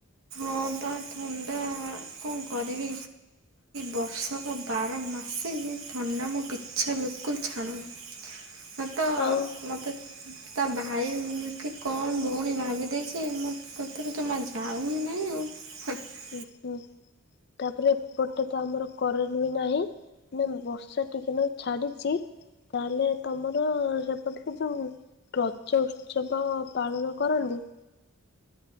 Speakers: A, on the right; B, on the left.
A: ହଁ ପା ଥଣ୍ଡା କଣ କରିବି। ବର୍ଷର ବାର ମାସେ ଥଣ୍ଡା ମୋ ପିଛା ବିଲକୁଲ୍ ଛାଡୁନି। ମୁଁ ତ
B: ଆଉ
A: ମୁଁ ତ ତା ଭାଇ କି କଣ ଭଉଣୀ ଭାବିଦେଇଚି ମୋ କତିରୁ ଜମା ଯାଉ ହିଁ ନାହିଁ। ହୁଁ।
B: ଉଁ ହୁଁ। ତାପରେ ଏପଟେ ତ ଆମର କରେଣ୍ଟ ବି ନାହିଁ ମାନେ ବର୍ଷା ଟିକେ ନାକୁ ଛାଡ଼ିଚି। କହିଲେ ତମର ସେପଟ ରେ ଯୋଉ ରଜ ଉତ୍ସବ ପାଳନ କରନ୍ତି?